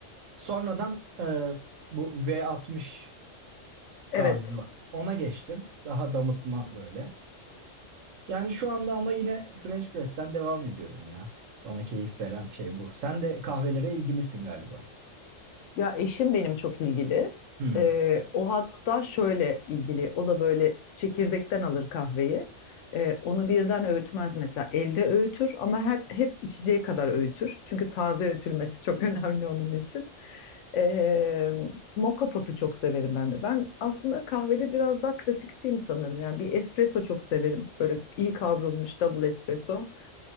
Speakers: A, on the right; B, on the left.
A: Sonradan e, bu V60
B: Evet.
A: tarzı var. Ona geçtim. Daha damıtma böyle. Yani şu anda ama yine French press'ten devam ediyorum ya. Bana keyif veren şey bu. Sen de kahvelere ilgilisin galiba.
B: Ya eşim benim çok ilgili.
A: Hmm.
B: Ee,
A: <laughs>
B: o hatta şöyle ilgili. O da böyle çekirdekten alır kahveyi. Ee, onu birden öğütmez mesela. Elde öğütür ama hep hep içeceği kadar öğütür. Çünkü taze öğütülmesi çok <laughs> önemli onun için. Ee, moka potu çok severim ben de. Ben aslında kahvede biraz daha klasikçiyim sanırım. Yani bir espresso çok severim. Böyle iyi kavrulmuş double espresso.